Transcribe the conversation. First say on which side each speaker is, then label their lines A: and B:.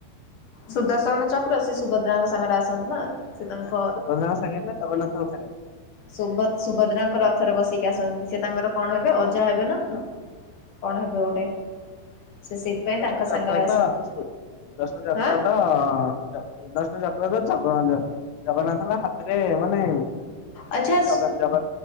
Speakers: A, on the left (about 60°); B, on the left (about 80°).
A: ସୁଦର୍ଶନ ଚକ୍ର ସେ ସୁଭଦ୍ରାଙ୍କ ସାଙ୍ଗରେ ଆସନ୍ତି ନା ସେ ତାଙ୍କ
B: ନାଁ ସୁପଦ୍ରାଙ୍କ ସାଙ୍ଗରେ ନା ଜଗନ୍ନାଥଙ୍କ ସାଙ୍ଗରେ?
A: ସୁ-ସୁଭଦ୍ରାଙ୍କର ରଥରେ ବସିକି ଆସନ୍ତି ସେ ତାଙ୍କର କଣ ହେବେ ଅଜା ହେବେ ନାଁ କଣ ହେବେ ଗୋଟେ ସେ
B: <unintelligible>
A: ସେଇଥିପାଇଁ ତାଙ୍କ
B: ଯାତ୍ରା
A: ସାଙ୍ଗରେ ଆସନ୍ତି
B: ତ ଦଷ୍ଣ ଯାତ୍ରା
A: ହଁ
B: ର ସ ସୁଦର୍ଶନ ଚକ୍ର ତ ଜଗ-ଜଗନ୍ନାଥଙ୍କ ହାତରେ ମାନେ
A: ଆଚଛା
B: ସେ ଜଗା ଜଗା